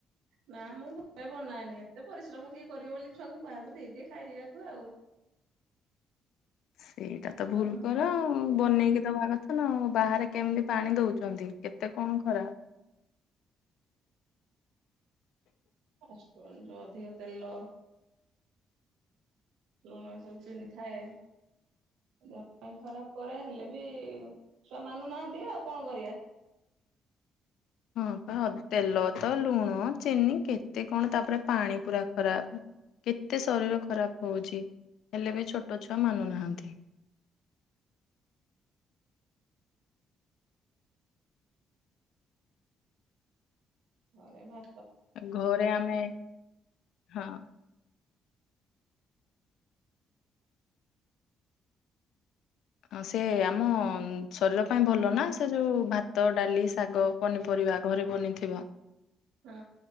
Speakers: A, on the right; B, on the left.
A: ନା ମୁଁ ଘରେ ବନାଏନି। ଏତେ ପରିଶ୍ରମ କିଏ କରିବ ବୋଲି ଛୁଆଙ୍କୁ ବାହାରକୁ ଦେଇଦିଏ ଖାଇବାକୁ ଆଉ।
B: ସେଇଟା ତ ଭୁଲ୍
A: ତମ
B: କର ଆଉ। ଉଁ ବନେଇକି ଦବା କଥା ନା ଆଉ ବାହାରେ କେମିତି ପାଣି ଦଉଚନ୍ତି କେତେ କଣ ଖରାପ।
A: ଫାଷ୍ଟଫୁଡ୍ ଯୋଉ ଅଧିକ ତେଲ ଲୁଣ ସବୁ ଚିନି ଥାଏ। ଦେହ ପାଇଁ ଖରାପ କରେ ହେଲେ ବି ଛୁଆ ମାନୁ ନାହାନ୍ତି ଆଉ କଣ କରିଆ।
B: ହଁ ପା ତେଲ ତ ଲୁଣ, ଚିନି କେତେ କଣ ତାପରେ ପାଣି ପୁରା ଖରାପ। କେତେ ଶରୀର ଖରାପ ହଉଚି ହେଲେ ବି ଛୋଟ ଛୁଆ ମାନୁ ନାହାଁନ୍ତି।
A: ଘରେ ମା
B: ଘରେ ଆମେ ହଁ। ହଁ ସେ ଆମ ଶରୀର ପାଇଁ ଭଲ ନା ସେ ଯୋଉ ଭାତ, ଡାଲି, ଶାଗ। ପନିପରିବା ଘରେ ବନିଥିବା।
A: ହୁଁ।